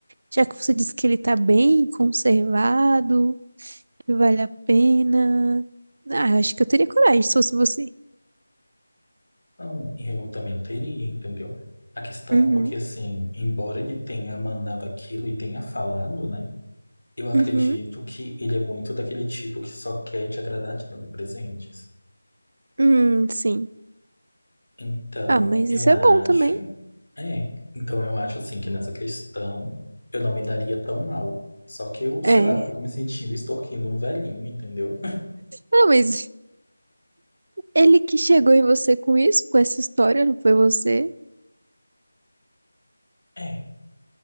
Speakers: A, on the right (about 45°); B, on the left (about 70°).
A: Já que você disse que ele tá bem conservado, que vale a pena. Ah, eu acho que eu teria coragem se fosse você.
B: Não, eu também teria, entendeu? A questão
A: Uhum.
B: é porque, assim, embora ele tenha mandado aquilo e tenha falado, né? Eu acredito
A: Uhum.
B: que ele é muito daquele tipo que só quer te agradar te dando presentes.
A: Hum, sim.
B: Então,
A: Ah, mas
B: eu
A: isso
B: acho...
A: é bom também.
B: É, então eu acho, assim, que nessa questão eu não me daria tão mal. Só que eu, sei
A: É.
B: lá, eu fico me sentindo extorquindo um velhinho, entendeu?
A: Não, mas ele que chegou em você com isso, com essa história, não foi você?
B: <laughs> É,